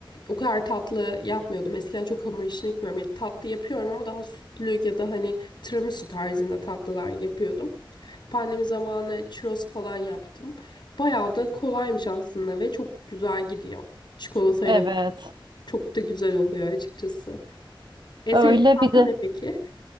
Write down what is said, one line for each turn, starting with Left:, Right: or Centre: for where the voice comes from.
Left: o kadar tatlı yapmıyordum. Eskiden çok hamur işini gitmiyorum. Ya, tatlı yapıyorum ama daha sütlü ya da hani tiramisu tarzında tatlılar yapıyordum. Pandemi zamanı churros falan yaptım. Bayağı da kolaymış aslında ve çok güzel gidiyor. Çikolatayla
Right: Evet
Left: çok da güzel oluyor açıkçası. En
Right: öyle
Left: sevdiğin tatlı
Right: bir de
Left: ne peki?